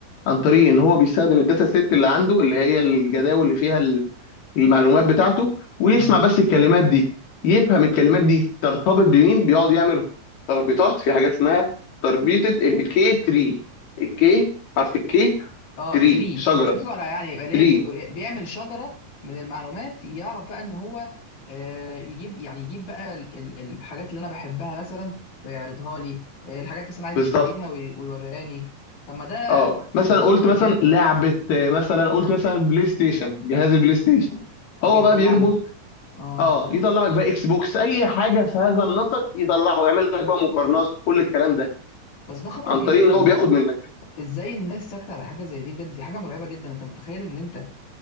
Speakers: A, on the left; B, on the left.
A: عن طريق ان هو بيستخدم الداتا سيت اللي عنده اللي هي الجداول اللي فيها ال- المعلومات بتاعته ويسمع
B: مم.
A: بس الكلمات دي يفهم الكلمات دي ترتبط بمين بيقعد يعمل تربيطات في حاجات اسمها تربيطة الكي تري الكي حرف الكي
B: اه
A: تري
B: تري
A: شجرة
B: شجره يعني يبقى ليه-
A: تري
B: بيعمل شجره من المعلومات يعرف بقى ان هو آه، يجيب يعني يجيب بقى ال- ال- الحاجات اللي انا بحبها مثلا ويعرضها لي آه، الحاجات مثلا عايز
A: بالظبط
B: اشتريها وي- ويوريهاني طب ما ده
A: اه مثلا
B: ما ده
A: قلت
B: خطر
A: مثلا
B: جدا
A: لعبة آه، مثلا قلت مثلا بلاي ستيشن جهاز البلاي ستيشن
B: اه
A: هو
B: يطلع
A: بقى بيربط
B: لي اه
A: اه يطلع لك بقى اكس بوكس اي حاجة في هذا النسق يطلعه يعمل لك بقى مقارنات كل الكلام ده
B: بس ده خطر
A: عن
B: جدا
A: طريق ان
B: طب
A: هو
B: ما
A: بياخد
B: هو
A: منك
B: ازاي الناس ساكته على حاجه زي دي بجد دي حاجه مرعبه جدا انت متخيل ان انت